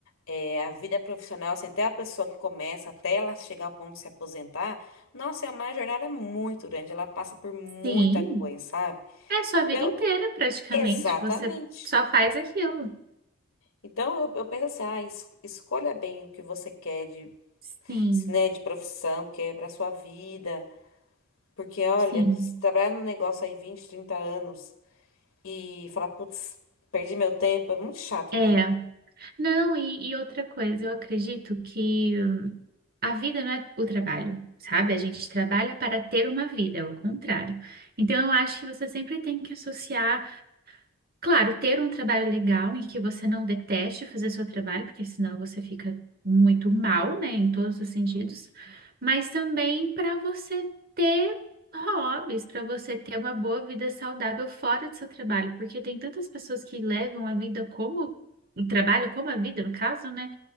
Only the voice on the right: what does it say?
sim,
é sua vida
inteira praticamente,
você só faz aquilo.
Sim,
sim.
É,
Não, e, e outra coisa, eu acredito que hum, a vida não é o trabalho, sabe? A gente trabalha para ter uma vida, é o contrário. Então, eu acho que você sempre tem que associar. Claro, ter um trabalho legal em que você não deteste fazer seu trabalho, porque senão você fica muito mal, né, em todos os sentidos, mas também para você ter hobbies, para você ter uma boa vida saudável fora do seu trabalho, porque tem tantas pessoas que levam a vida como o trabalho, como a vida, no caso, né,